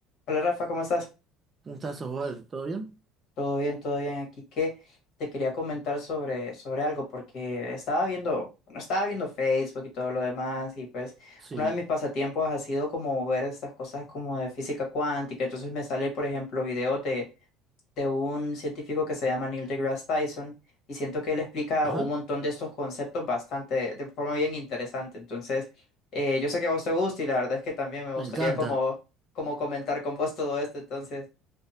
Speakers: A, on the left (about 50°); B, on the right (about 20°).
A: Hola Rafa, ¿cómo estás?
B: un estás, Osvaldo? ¿Todo bien?
A: Todo bien, todo bien. Aquí que te quería comentar sobre, sobre algo, porque estaba viendo, bueno, estaba viendo Facebook y todo lo demás, y pues
B: Sí.
A: uno de mis pasatiempos ha sido como ver estas cosas como de física cuántica. Entonces me sale, por ejemplo, videos de, de un científico que se llama Neil deGrasse Tyson, y siento que él explica
B: Ajá,
A: un montón de estos conceptos bastante, de forma bien interesante. Entonces, eh, yo sé que a vos te gusta, y la verdad es que también me gustaría
B: me encanta.
A: como, como comentar con vos todo esto, entonces.